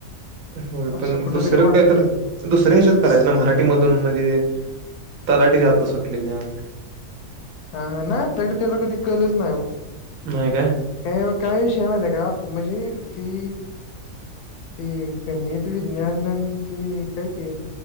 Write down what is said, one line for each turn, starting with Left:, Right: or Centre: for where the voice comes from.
Right: होय
Left: असं
Right: पण
Left: कुठेतरी
Right: दुसरं
Left: वाटतंय
Right: काय तर दुसऱ्या ह्याच्यातना मराठीमधून म्हणजे तलाठीच्या आता सुटल्या त्या.
Left: अ ह नाही आपल्याकड त्याचा कधी कलच नाही ओ.
Right: नाही काय?
Left: काही काही विषय माहीतीय का म्हजे ती ती गणित, विज्ञान आणि ते काय ती